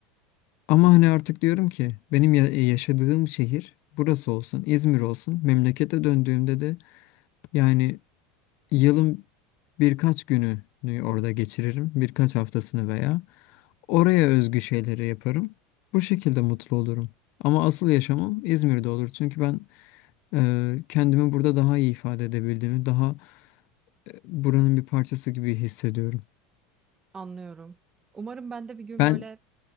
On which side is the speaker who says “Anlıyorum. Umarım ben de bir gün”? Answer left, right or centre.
Right